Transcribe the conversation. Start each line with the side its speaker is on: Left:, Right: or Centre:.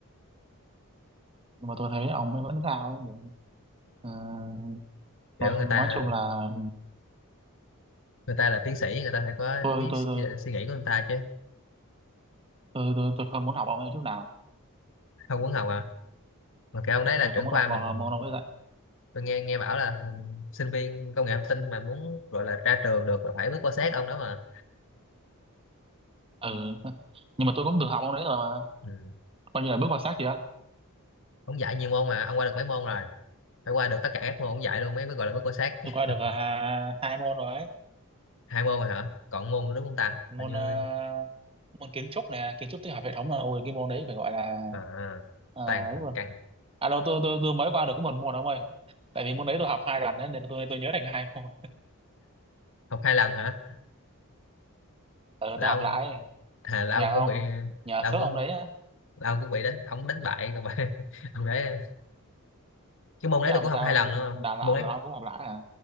Right: nhưng mà tôi thấy ông ấy vẫn sao ấy Ờ,
Left: <laughs> kiểu
Right: nói,
Left: người
Right: nói
Left: ta
Right: chung là
Left: người ta là tiến sĩ người ta phải có
Right: tôi
Left: ý,
Right: tôi tôi
Left: ý định suy nghĩ của người ta chứ
Right: tôi tôi, tôi không muốn học ông ấy chút nào
Left: không quấn học à mà cái ông đấy là
Right: tôi
Left: trưởng
Right: không muốn
Left: khoa
Right: học
Left: mình
Right: vào môn ông ấy dạy
Left: tôi nghe nghe bảo là ừ, sinh viên công nghệ thông tin mà muốn gọi là ra trường được là phải bước qua sát ông đó mà
Right: ừ <laughs> nhưng mà tôi cũng từng học ông đấy rồi mà
Left: ừ.
Right: coi như là bước vào xác kìa
Left: ông dạy nhiều môn mà ông qua được mấy môn rồi phải qua được tất cả các môn ông dạy luôn mới mới gọi là bước qua sát chứ.
Right: tôi qua được
Left: <laughs>
Right: à, hai môn rồi ấy
Left: hai môn rồi hả còn môn nữa đúng không ta
Right: môn
Left: hình như
Right: ờ, môn kiến trúc nè kiến trúc tích hợp hệ thống là ôi cái môn đấy phải gọi là
Left: à,
Right: ờ,
Left: toàn
Right: ấy luôn
Left: cần
Right: à đâu tôi tôi tôi mới qua được có một môn ông ơi tại vì môn đấy tôi học hai lần ấy, nên tôi tôi nhớ thành hai <laughs> môn
Left: học hai lần hả
Right: ừ,
Left: là
Right: tôi học
Left: ông
Right: lại
Left: à, là
Right: nhờ
Left: ông
Right: ông
Left: cũng bị
Right: nhờ
Left: là
Right: phước
Left: ông cũng
Right: ông đấy á
Left: là ông cũng bị đánh ông đánh bại rồi mà <laughs> ông đấy cái môn đấy
Right: chứ ông
Left: tôi cũng
Right: thì
Left: học
Right: sao
Left: hai lần nữa không
Right: đào
Left: môn
Right: tạo
Left: đấy
Right: là ông cũng học lại à